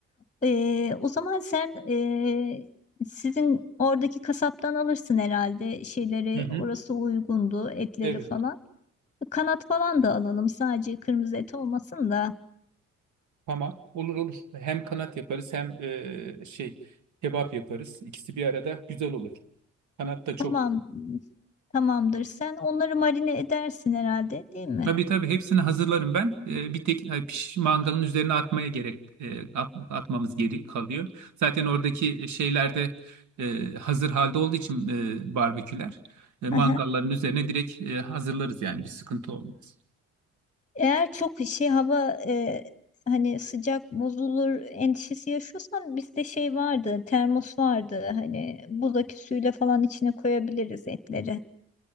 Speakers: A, on the left (about 25°); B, on the right (about 70°).
A: Ee, o zaman sen ee, sizin oradaki kasaptan alırsın herhalde şeyleri
B: Hı hı.
A: orası uygundu etleri
B: Evet.
A: falan. Kanat falan da alalım sadece kırmızı et olmasın da.
B: Tamam. Olur olur. Hem kanat yaparız hem e, şey kebap yaparız. İkisi bir arada güzel olur. Kanat da çok
A: Tamam tamamdır sen onları marine edersin herhalde değil mi?
B: Tabii tabii hepsini hazırlarım ben. Ee, bir tek hani, piş, mangalın üzerine atmaya gerek e, at- atmamız geri kalıyor. Zaten oradaki şeylerde e, hazır halde olduğu için e, barbeküler e, mangalların
A: Aha.
B: üzerine direkt e, hazırlarız yani bir sıkıntı olmaz.
A: Eğer çok şey hava ee, hani sıcak bozulur endişesi yaşıyorsan bizde şey vardı termos vardı hani buzdaki suyla falan içine koyabiliriz etleri.